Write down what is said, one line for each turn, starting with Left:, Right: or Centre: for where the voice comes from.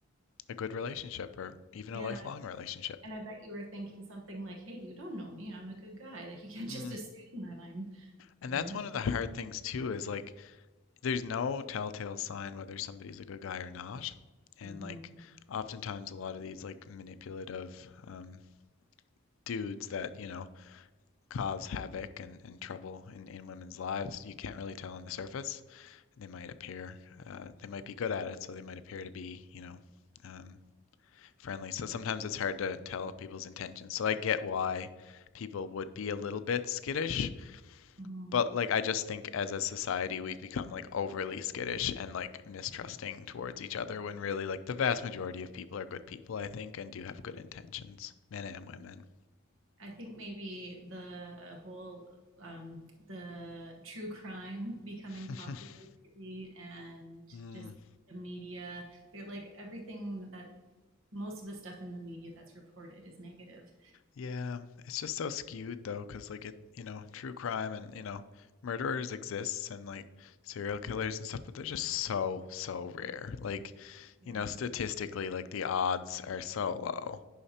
Left: a good relationship or even a
Right: Yeah.
Left: lifelong relationship.
Right: And I bet you were thinking something like, hey, you don't know me. I'm a good guy. Like, you can't
Left: Hmm.
Right: just assume that I'm,
Left: And
Right: you
Left: that's
Right: know, have.
Left: one of the hard things too, is like there's no telltale sign whether somebody's a good guy or not. And
Right: mm-hmm."
Left: like oftentimes a lot of these like manipulative um, dudes that, you know, cause havoc and, and trouble in, in women's lives, you can't really tell on the surface. They might appear, uh, they might be good at it, so they might appear to be, you know, um, friendly. So sometimes it's hard to tell people's intentions. So I get why people would be a little bit skittish
Right: Mhm.
Left: But like I just think as a society we've become like overly skittish and like mistrusting towards each other when really like the vast majority of people are good people, I think, and do have good intentions, men and women.
Right: I think maybe the whole um, the true crime becoming
Left: <laughs>
Right: popular lately and
Left: Mm,
Right: just the media, they're like everything that most of the stuff in the media that's reported is negative.
Left: yeah, it's just so skewed though, because like it, you know, true crime and, you know, murderers exists and like serial killers and stuff, but they're just so, so rare. Like,
Right: Yeah.
Left: you know, statistically, like the odds are so low.